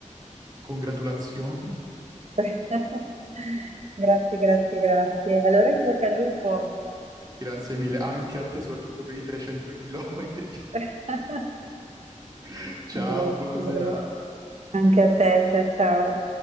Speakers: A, on the right (about 30°); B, on the right (about 60°).
A: congratulazioni,
B: <laughs> Grazie, grazie, grazie. Allora in bocca al lupo.
A: <laughs> grazie mille, anche a te soprattutto per i 300 chilometri.
B: <laughs>
A: <laughs> Ciao,
B: Grazie,
A: buona serata.
B: grazie. Anche a te, ciao ciao.